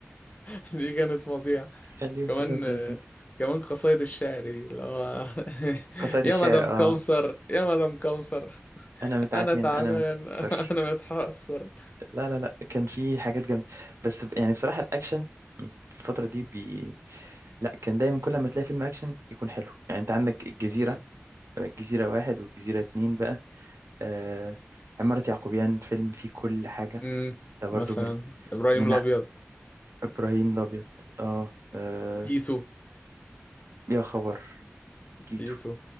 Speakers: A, on the left (about 35°); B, on the right (about 80°).
A: <laughs> دي كانت فظيعة
B: خليهم
A: كمان
B: 39
A: كمان قصايد الشعر دي اللي هو <laughs>
B: قصايد
A: يا
B: الشعر
A: مدام
B: اه
A: كوثر يا مدام كوثر
B: انا متعكنن
A: انا تعبان
B: انا متأثر
A: <laughs> انا متحسر
B: لا لا لا كان في حاجات جامده بس ب- يعني بصراحه الاكشن في الفتره دي بي... لا كان دايما كل ما تلاقي فيلم اكشن يكون حلو يعني انت عندك الجزيره
A: مم.
B: الجزيره واحد والجزيره اتنين بقى آه... عماره يعقوبيان فيلم فيه كل حاجه
A: مم.
B: ده برضو
A: مثلا
B: من
A: ابراهيم
B: من
A: الابيض
B: ع- ابراهيم الابيض اه آه،
A: تيتو
B: يا خبر تيتو
A: تيتو